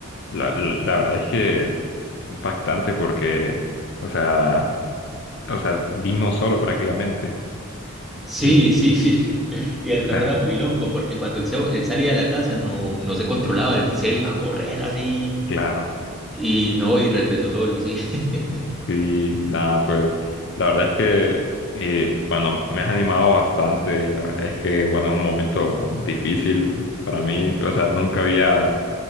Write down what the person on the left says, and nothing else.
la, la verdad es que impactante porque, o sea, o sea, vino solo prácticamente.
Y,
o
sea,
claro.
Sí, nada, pues la verdad es que, eh, bueno, me has animado bastante. La verdad es que, bueno, es un momento difícil para mí. O sea, nunca había,